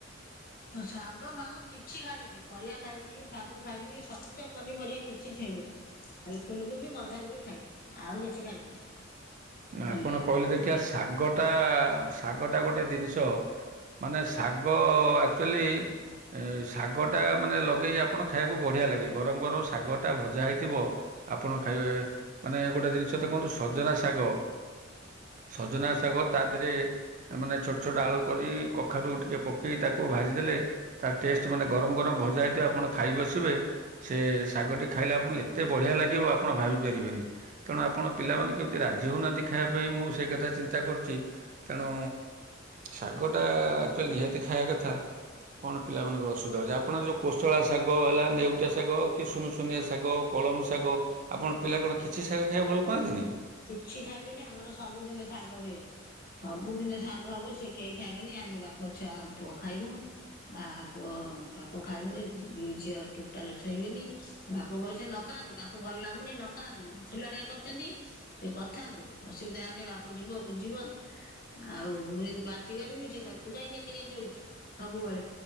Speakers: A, on the left; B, on the right.
A: ହଁ ଶାଗ ଫାଗ କିଛି ଖାଇବେନି ପରିଆ ଖାଇବେନି ଶାଗ ଖାଇବେନି ସବୁଜ ପନିପରିଆ କିଛି ଖାଇବେନି। ଖାଲି ଫୁଲୁ କୋବି ବନ୍ଧାକୋବି ଖାଇବି ଆଉ କିଛି ଖାଇବେନି।
B: ଆପଣ
A: ଆଣିଲେ
B: କହିଲେ ଦେଖିଆ ଶାଗଟା ଶାଗଟା ଗୋଟେ ଦିନିଷ ମାନେ ଶାଗ ଆକ୍ଚୁଲି ଏ ଶାଗଟା ମାନେ ଲଗେଇକି ଆପଣ ଖାଇଆକୁ ବଢ଼ିଆ ଲାଗେ ଗରମ୍ ଗରମ୍ ଶାଗଟା ଭଜା ହେଇଥିବ। ଆପଣ ଖାଇବେ ମାନେ ଗୋଟେ ଜିନିଷ ଦେଖନ୍ତୁ ସଜନା ଶାଗ ସଜନା ଶାଗ ତା ଧେରେ ଏ ମାନେ ଛୋଟ ଛୋଟ ଆଳୁ କରି କଖାରୁ ଟିକେ ପକେଇ ତାକୁ ଭାଜିଦେଲେ ତା ଟେଷ୍ଟ ମାନେ ଗରମ୍ ଗରମ୍ ଭଜା ହେଇଥିବ ଆପଣ ଖାଇ ବସିବେ ସେ ଶାଗଟି ଖାଇଲେ ଆପଣଙ୍କୁ ଏତେ ବଢିଆ ଲାଗିବ ଆପଣ ଭାବି ପାରିବେନି। ତେଣୁ ଆପଣ ପିଲାମାନେ କେମିତି ରାଜି ହଉନାହାନ୍ତି ଖାଇଆ ପାଇଁ ମୁଁ ସେ କଥା ଚିନ୍ତା କରୁଚି ତେଣୁ ଶାଗଟା ଆକ୍ଚୁଆଲି ନିହାତି ଖାଇଆ କଥା। କଣ ପିଲାମାନଙ୍କର ଅସୁବିଧା ହଉଚି ଆପଣ ଯୋଉ କୋଶଳା ଶାଗ ହେଲା ନେଉଟିଆ ଶାଗ କି ସୁନୁସୁନିଆ ଶାଗ କଳମ ଶାଗ ଆପଣ ପିଲା କଣ କିଛି ଶାଗ ଖାଇଆକୁ ଭଲ ପାଆନ୍ତିନି?
A: କିଛି ଖାଇବେନି ଆମର ସବୁଦିନେ ଶାଗ ହୁଏ। ସବୁଦିନେ ଶାଗ ହବ ସେ କେଇ ଖାଇବେନି ଆମେ ବାପ ଛୁଆ ପୁଅ ଖାଇବୁ। ମା ପୁଅ ବାପ ଖାଇବୁ ଏ ଦି ଝିଅ ଟୋଟାଲ ଛୁଇଁବେନି। ବାପ କହେ ସେ ନ ଖାଆନ୍ତୁ ତାଙ୍କୁ ଭଲ ଲାଗୁନି ନ ଖାଆନ୍ତୁ ଫୁଲାଣିଆ କରିଚନ୍ତି। ସେ କରିଥାନ୍ତୁ ଅସୁବିଧା ହେଲେ ବାପ ଯିବ ବୁଝିବ। ଆଉ ମୁଁ ଯଦି ପାଟି କରିବି ସେ କହିବେ ତୁ କାହିଁ ଗେଜେ ଗେଜେ ହୋଉଛୁ। ସବୁବେଳେ